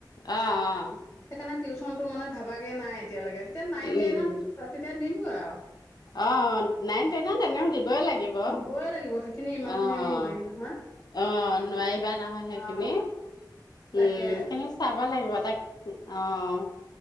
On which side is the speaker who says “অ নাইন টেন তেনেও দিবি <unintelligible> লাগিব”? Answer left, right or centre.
Left